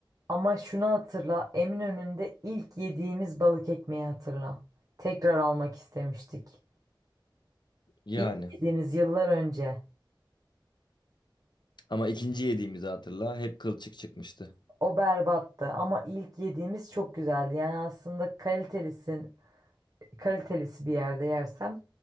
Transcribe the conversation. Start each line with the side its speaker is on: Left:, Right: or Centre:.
Right: Ama şunu hatırla, Eminönü'nde ilk yediğimiz balık ekmeği hatırla. Tekrar almak istemiştik.
Left: Yani.
Right: İlk yediğimiz yıllar önce
Left: Ama ikinci yediğimizi hatırla. Hep kılçık çıkmıştı.
Right: o berbattı ama ilk yediğimiz çok güzeldi. Yani aslında kalitelisin, kalitelisi bir yerde yersem